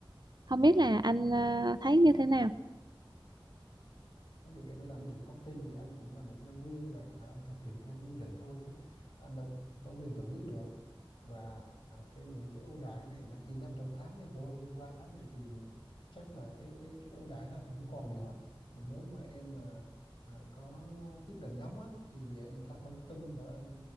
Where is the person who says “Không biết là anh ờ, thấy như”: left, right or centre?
Right